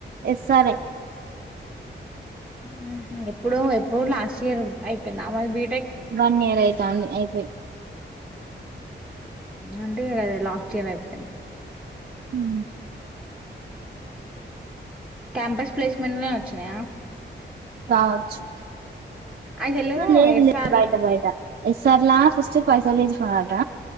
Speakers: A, on the right (about 55°); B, in the centre.
A: ఎస్ ఆర్ ఎ
B: హుహు ఎప్పుడు ఎప్పుడు లాస్ట్ ఇయర్ అయిపోయింది ఆమెది బీ
A: వన్ ఇయర్ చా అయిపోయి
B: అంతే కదా లాస్ట్ <unintelligible>
A: హు
B: క్యాంపస్ ప్లేస్మెంట్ వచ్చినాయా
A: కావచ్చు
B: అసలు
A: లేదు
B: ఎస్ఆర్
A: లేదు బయట బయట ఎస్ఆర్లా ఫర్స్ట్ పైసా తీసుకున్నారట